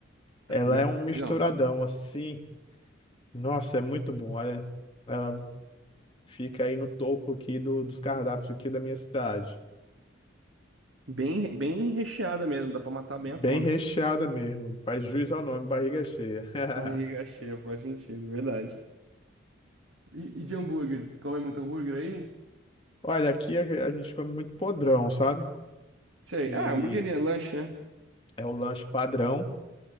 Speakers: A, on the right; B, on the left.
A: Tá,
B: Ela é um misturadão
A: Legal.
B: assim. Nossa, é muito bom, olha. Ela fica aí no topo aqui do- dos cardápios aqui da minha cidade.
A: Bem, bem recheada mesmo, dá pra matar bem
B: Bem
A: a fome.
B: recheada mesmo. Faz jus ao nome, barriga cheia. <laughs>
A: Barriga cheia, faz sentido, verdade. E, e de hambúrguer? Come muito hambúrguer aí?
B: Olha, aqui a a gente come muito podrão, sabe?
A: Sei.
B: Que
A: Ah, hamburgueria, lanche, né?
B: é o lanche padrão.